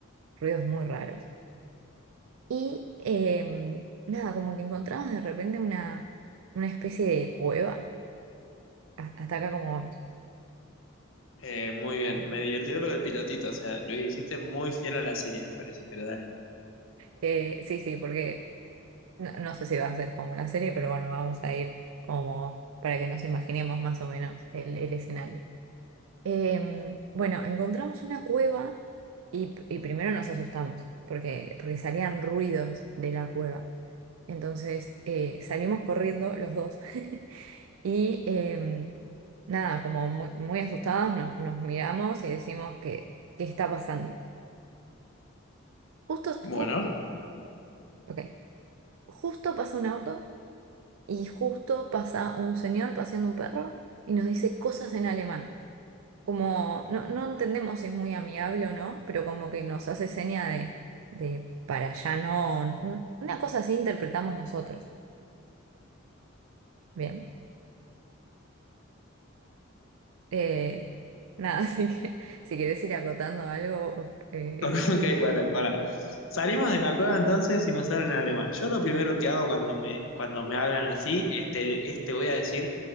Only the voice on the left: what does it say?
eh, muy bien. Me divirtió lo del pilotito, o sea, lo hiciste muy fiel a la serie, me parece, pero dale.
Bueno.
<laughs> Ok, para, para. Salimos de la cueva entonces y nos hablan en alemán. Yo lo primero que hago cuando me, cuando me hablan así, este, este voy a decir,